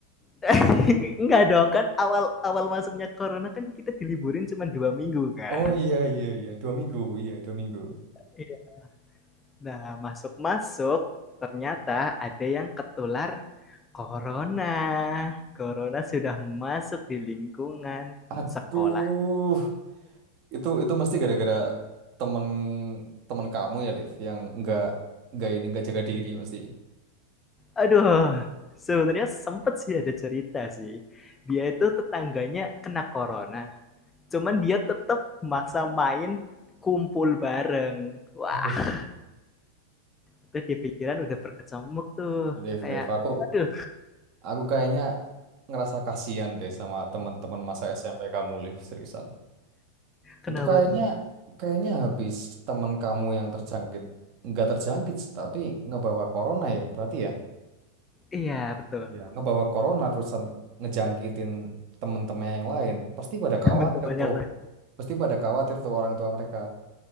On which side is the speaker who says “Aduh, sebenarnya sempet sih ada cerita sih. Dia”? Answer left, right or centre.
Left